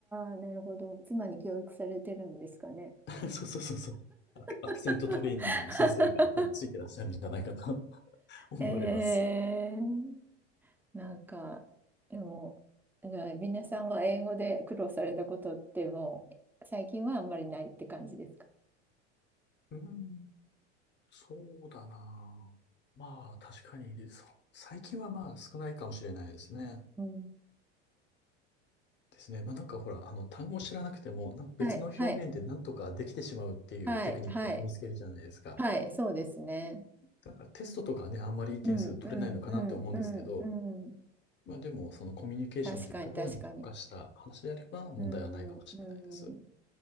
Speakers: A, in the centre; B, on the left (about 30°).
A: あ、なるほど。妻に教育されてるんですかね。
B: <laughs> そうそうそうそう。アク、
A: <laughs>
B: アクセントトレーニングの先生が多分ついてらっしゃるんじゃないかと <laughs> 思われます。
A: えー、なんか、でも、じゃあ、皆さんは英語で苦労されたことってもう、最近はあんまりないって感じですか
B: うん、そうだな。まあ、確かに、そう。最近はまあ少ないかもしれないですね。
A: うん。
B: ですね。まあなんかほら、あの、単語を知らなくても、なんか別の表現でなんとかできてしまうっていうテクニックを身につけるじゃないですか。
A: はい、はい、はい、はい、はい、そうですね。
B: だからテストとかはね、あんまりいい点数取れないのかなって思うんですけど、
A: うん、うん、うん、うん、うん。
B: まあでも、そのコミュニケーションっていうところに特化した話であれば問題はないかもしれないです。
A: 確かに、確かに。うん、うん。